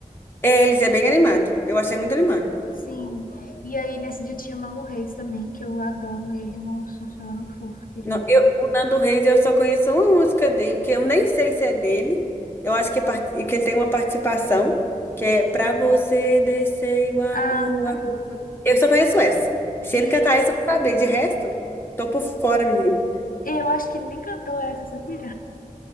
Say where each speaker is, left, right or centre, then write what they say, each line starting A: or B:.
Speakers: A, on the left; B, on the left.
A: É, Eles é bem animado. Eu achei muito animado.
B: Sim, e aí nesse dia tinha o Nando Reis também, que eu adoro ele, nossa senhora, é um fofo, querido.
A: Não, eu, o Nando Reis, eu só conheço uma música dele, que eu nem sei se é dele. Eu acho que, é part- que ele tem uma participação, que é Pra você descer o amor,
B: Ah,
A: o amor. Eu só conheço essa. Se
B: e
A: ele cantar essa, eu vou saber. De resto, tô por fora, menino.
B: eu acho que ele nem cantou essa, sabia?